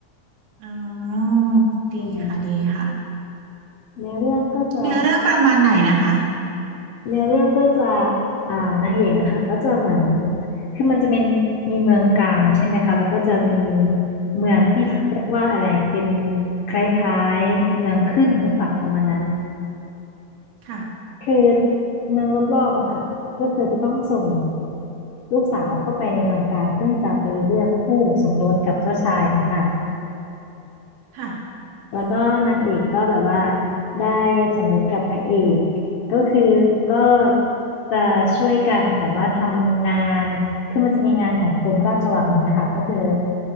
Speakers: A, on the right; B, on the left.
A: อ๋อดีค่ะดีค่ะ
B: อืมเนื้อเรื่องก็จะ
A: เนื้อเรื่องประมาณไหนนะคะ
B: เนื้อเรื่องก็จะอ่านางเอกอะค่ะก็จะเหมือน คือมันจะเป็นมีเมืองกลางใช่ไหมคะ แล้วก็จะมีเมืองที่เขาเรียกว่าอะไรเป็น
A: ค่ะ
B: คล้ายๆเมืองขึ้นหรือเปล่าประมาณนั้น
A: ค่ะ
B: คือเมืองรอบๆอะค่ะก็คือจะต้องส่งลูกสาวเข้าไปในเมืองกลางเพื่อที่จะไปเลือกคู่สมรสกับเจ้าชายต่างๆ
A: ค่ะ
B: แล้วก็นางเอกก็แบบว่าได้สมรสกับพระเอกก็คือก็จะช่วยกันแบบว่าทำงานคือมันจะมีงานของกรมราชวังอย่างเนี้ยค่ะก็คือ